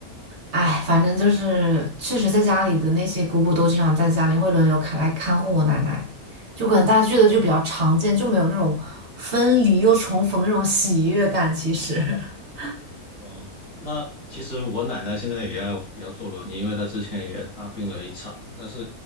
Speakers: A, on the right; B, on the left.
A: 哎，反正就是确实在家里的那些姑姑都经常在家里会轮流看来看护我奶奶，就可能大家聚的就比较常见，就没有那种分离又重逢的那种喜悦感。其实 <laughs>
B: 哦，那其实我奶奶现在也要也要坐轮椅，因为她之前也大病了一场，但是